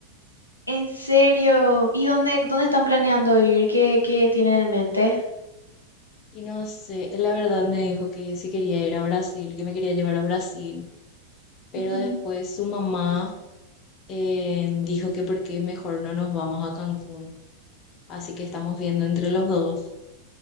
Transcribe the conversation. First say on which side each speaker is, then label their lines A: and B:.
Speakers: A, on the left; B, on the left.
A: ¿En serio? ¿Y dónde, dónde están planeando ir? ¿Qué, qué tienen en mente?
B: Y no sé, él la verdad me dijo que se quería ir a Brasil, que me quería llevar a Brasil, pero
A: Ujú.
B: después su mamá eh, dijo que por qué mejor no nos vamos a Cancún. Así que estamos viendo entre los dos,